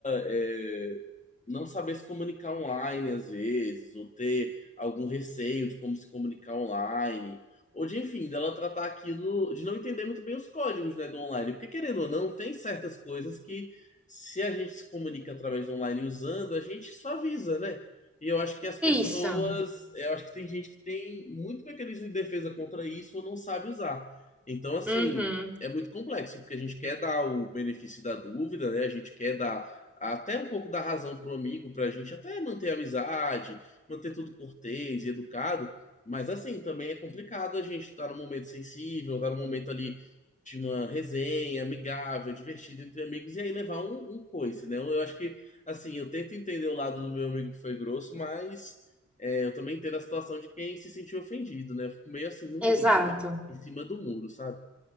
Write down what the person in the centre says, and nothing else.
Isso,
Uhum.
exato,